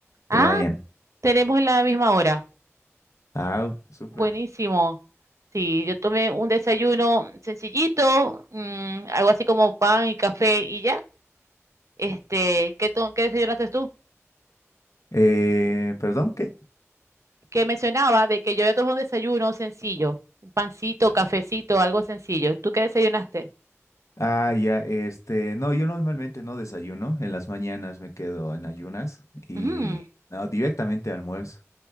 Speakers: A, on the left (about 75°); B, on the right (about 75°).
A: de
B: Ah,
A: la mañana.
B: tenemos la misma hora.
A: Ah, súper.
B: Buenísimo. Sí, yo tomé un desayuno sencillito, mm, algo así como pan y café y ya. Este, ¿qué, to- qué desayunaste tú?
A: Eh, ¿perdón? ¿Qué?
B: Que mencionaba de que yo había tomado un desayuno sencillo, un pancito,
A: Ah,
B: cafecito, algo sencillo. ¿Tú qué desayunaste?
A: ah, ya, este, no, yo normalmente no desayuno, en las mañanas me quedo en ayunas y
B: Ujú.
A: no, directamente almuerzo.